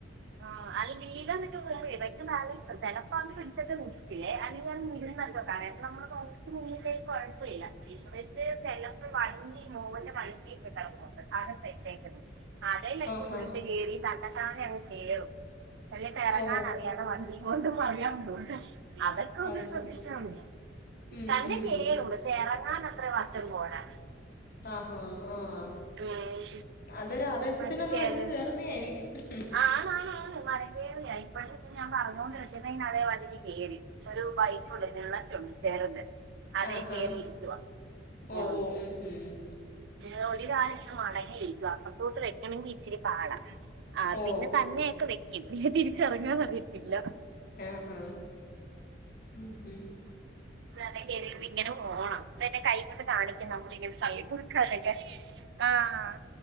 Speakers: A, on the right; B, on the left.
A: ആഹ് അൽ വീലന്നൊക്കെ <unintelligible> പെട്ടന്ന് ബാലൻസൊ ചെലപ്പോ അന്ന് പിടിച്ചച്ച മുർ ല്ലേ അല്ലെങ്കിൽത് ഇരുന്നക്കക്ക കാരണം നമ്മള് കൊക്ക മന്നിേക്ക് കുഴപ്പവില്ല പക്ഷെ ജലം വണ്ടി മോവന്റെ വണ്ടി കിട്ടണം ആകെ ട്ടയ്റ്റായ്ക്ക്ണ് ആകെയ്
B: ആഹാ
A: ഉരുണ്ട് കേറി തനെത്താനെ അങ് കേറും വെള്ളിട്ട എറങ്ങാൻ
B: ഓ
A: അറിയാത്ത മാതിരി- ഇങ്ങോട്ടും മറിയാണ്ട് അതൊക്കെ ഒന്ന്
B: അത് ശരി
A: ശ്രദ്ധിച്ചാണ്
B: ഉം
A: തന്നെ
B: ഉം
A: കേറും പശെ ചെ എറങ്ങാനത്രവശം പോരാ
B: അഹ് ഹാ ആഹ്
A: ഉം
B: അതൊരു ആവേശത്തിനങ്ങ്
A: മറ്റ ചെര്
B: വലിഞ്ഞു കേറുന്നേ ആയിരിക്കും
A: ആഹ് ആണ് ആണ് ആണ് മരെ കേറ്യേ ഇപ്പഴത്തെ ഞാൻ പറഞ്ഞുകൊണ്ട് വെച്ചിര്ന്നയ്ന്നാല് വണ്ടീക്ക് കേറി ഒരു ബൈക്ക ഉണ്ട് ബുള്ളറ്റൊ- ചെറ്ത് അതേ
B: ആഹാ
A: കേറിയിരിക്കുവാ
B: ഓ
A: ആഹ്
B: ഓ ഉം ഉം
A: ഏ് ഒരു കാല് ഇന്ന് മടങ്ങിയിരിക്കുവാ പൊട്ടോട്ട് വെക്കണമെങ്കി ഇച്ചിരി പാടാ ആഹ്
B: ഓ
A: പിന്നെ തന്നെയൊക്കെ വെക്കും പിന്നെ തിരിച്ചറങ്ങാൻ പറയത്തില്ല
B: അഹ്ആഹ് ഉം
A: അതെ കേറി ഇര്ന്ന് ഇങ്ങനെ പോണം പിന്നെ കൈ കൊണ്ട് കാണിക്കണം മ്മളിങ്ങനെ തള്ളി കൊണ്ട് കാക്കട്ടെ ആഹ്